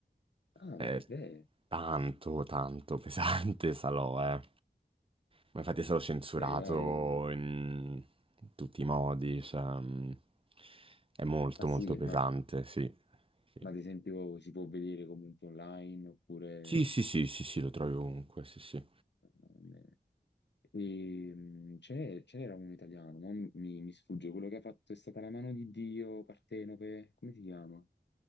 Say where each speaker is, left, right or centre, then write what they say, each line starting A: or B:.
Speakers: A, on the left; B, on the right.
A: ah,
B: È
A: beh,
B: tanto, tanto pesante <laughs> Salò, eh. Ma infatti è stato censurato
A: beh, dai.
B: in tutti i modi, cioè, mm, è molto,
A: Ma
B: molto
A: sì,
B: pesante,
A: ma,
B: sì. Sì.
A: ma ad esempio si può vedere comunque online oppure...
B: Sì, sì, sì, sì, sì, lo trovi ovunque, sì, sì.
A: ehm, E, mh, ce ce n'era uno italiano, ma mi, mi sfugge quello che ha fatto è stata la mano di Dio, Partenope, come si chiama?